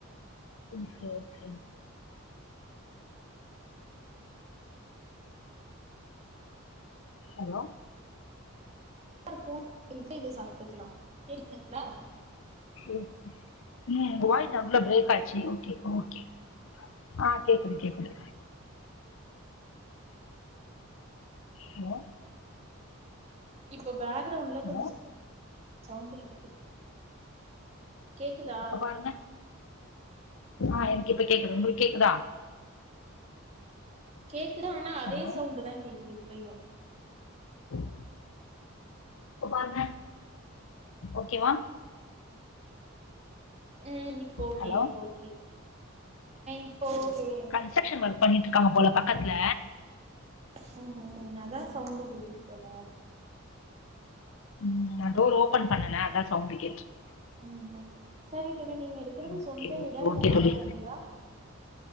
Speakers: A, on the left; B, on the right.
A: okay okay hello
B: <unintelligible> சாப்ட்டுக்குலா கேக்குதுங்களா
A: ஓகே. ம் உங்க வாய்ஸ் நடுவுல பிரேக் ஆயிச்சு ஓகே ஓகே ஆ கேக்குது கேக்குது ஹலோ
B: இப்ப பேக்ரௌண்ட்ல
A: ஹலோ
B: கொஞ்சோ சவுண்ட் கேக்குது கேக்குதா
A: இப்ப பாருங்க ஆ எனக்கு இப்ப கேக்குது உங்குளுக்கு கேக்குதா
B: கேக்குது ஆனா அதே
A: ஹலோ
B: சவுண்டதா கேக்குது இப்பயோ
A: ஓம் இப்ப பாருங்க ஓகேவா
B: ம் இப்போ ஓகே
A: ஹலோ
B: இப்போ ஓகே இப்போ ஓகே
A: கன்ஸ்டக்ஷன் வொர்க் பண்ணிட்டுருக்காங்க போல பக்கத்துல
B: ஹு ஹும் அதா சவுண்டு கேக்குது போல
A: ம் நா டோர் ஓபன் பண்ணுன அதா சவுண்டு கேட்றுக்
B: உம் உம் சரி தோழி நீங்க இருக்குறது
A: ஓகே
B: சொந்த
A: ஓகே
B: வீடா இல்ல
A: ஓகே
B: வாடக
A: தோழி
B: வீடா